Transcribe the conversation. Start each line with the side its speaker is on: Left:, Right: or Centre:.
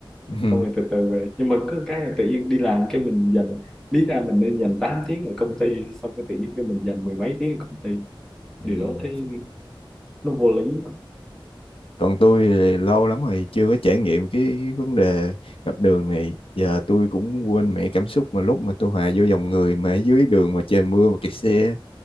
Left: <laughs>
Centre: xong rồi từ từ về nhưng mà cứ cái là tự nhiên đi làm cái mình dành lý ra mình nên dành 8 tiếng ở công ty xong cái tự nhiên cái mình dành mười mấy tiếng ở công ty
Left: Ừ.
Centre: điều đó thấy nó vô lý quá
Left: Còn tôi thì lâu lắm rồi chưa có trải nghiệm cái, cái vấn đề ngập đường này. Giờ tôi cũng quên mẹ cảm xúc mà lúc mà tôi hòa vô dòng người mà ở dưới đường mà trời mưa mà kẹt xe.